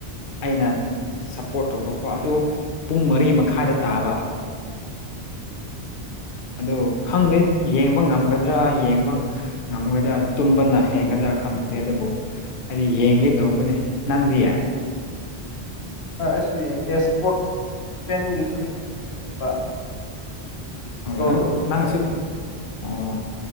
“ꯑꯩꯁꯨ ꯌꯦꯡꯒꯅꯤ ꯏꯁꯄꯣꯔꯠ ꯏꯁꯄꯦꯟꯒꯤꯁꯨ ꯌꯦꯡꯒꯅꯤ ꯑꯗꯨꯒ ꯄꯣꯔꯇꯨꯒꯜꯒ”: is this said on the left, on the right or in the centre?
Left